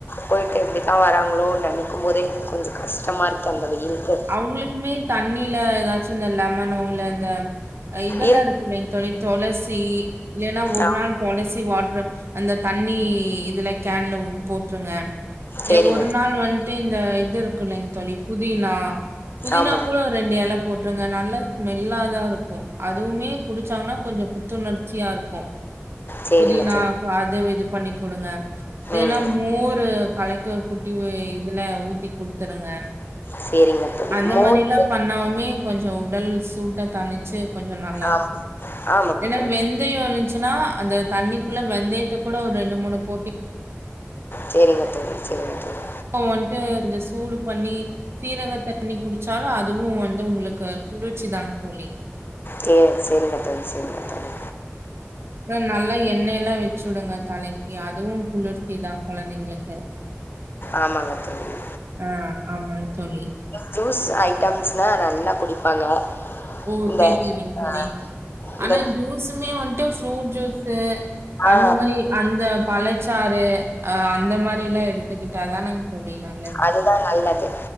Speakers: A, on the left; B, on the right.
A: போய்ட்டு எப்டி தா வராங்களோ நெனைக்கும் போதே கொஞ்ச கஷ்டமாருக்கு அந்த வெயிலுக்கு
B: அவுங்களுக்குமே தண்ணில எதாச்சு இந்த லெமனோ இல்ல இந்த இதெல்லா
A: இருக்கா
B: இருக்குலங்க தோழி தொளசி இல்லேன்னா ஒரு
A: ஆ
B: நாள் தொளசி வாட்ரு அந்த தண்ணி இதுல கேன்ல ஊ போட்டுருங்க
A: சேரிங்க
B: ஒரு நாள் வந்ட்டு இந்த இது இருக்குல்லைங் தோழி புதினா புதினா
A: ஆமாங்க
B: கூட ஒரு ரெண்டு எல போட்டுருங்க நல்ல ஸ்மெல்லா தா இருக்கூ அதுவுமே குடிச்சாங்கன்னா கொஞ்சொ புத்துணர்ச்சியா இருக்கூ
A: சேரிங்க
B: புதினா
A: தோழி
B: வாது இது பண்ணி குடுங்க இல்லேன்னா
A: ம்
B: மோரு கலக்கி ஒரு குட்டி இதுல ஊத்தி குடுத்துருங்க
A: சேரிங்க தோழி
B: அந்த
A: மோரு
B: மாரில்லா பண்ணாவுமே கொஞ்ச உடல் சூட்ட தனிச்சு கொஞ்ச நல்லாருக்கூ
A: ஆ ஆமாங்க
B: இல்லனா
A: தோழி
B: வெந்தயொ இருந்ச்சுன்னா அந்த தண்ணிக்குள்ள வெந்தயத்த கூட ஒரு ரெண்டு மூணு போட்டு
A: சேரிங்க தோழி சேரிங்க தோழி
B: ப்போ வன்ட்டு கொஞ்சொ சூடு பண்ணி சீரக தண்ணி குடிச்சாலு அதுவு வந்து உங்களுக்கு குளிர்ச்சி தா தோழி
A: கே செரிங்க தோழி செரிங்க தோழி
B: ம் நல்லா எண்ணெய்ல்லா வெச்சு உடுங்க தலைக்கி அதுவு குளிர்ச்சி தா கொழந்தைங்களுக்கு
A: ஆமாங்க தோழி
B: ஆ ஆமாங்க தோழி
A: ஜுஸ் ஐட்டம்ஸ்னா நல்லா குடிப்பாங்க
B: ஓ
A: இந்த
B: சேரி சேரிங்க தோழி
A: ஆ இந்த
B: ஆனா ஜுஸுமே வந்ட்டு ஃப்ரூட் ஜூஸு அந்த
A: ஆ
B: மாரி அந்த பழச்சாறு அ அந்த மாரில்லா எடுத்துக்கிட்டா தானங் ஓப்டின்னா
A: அதுதா நல்லது